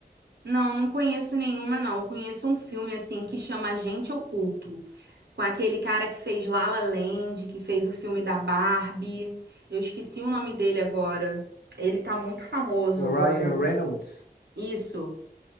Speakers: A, on the right; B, on the left.
A: Não, não conheço nenhuma, não. Conheço um filme assim que chama Agente Oculto. com aquele cara que fez La La Land, que fez o filme da Barbie. Eu esqueci o nome dele agora. Ele tá muito famoso
B: O
A: agora.
B: Ryan Reynolds.
A: Isso,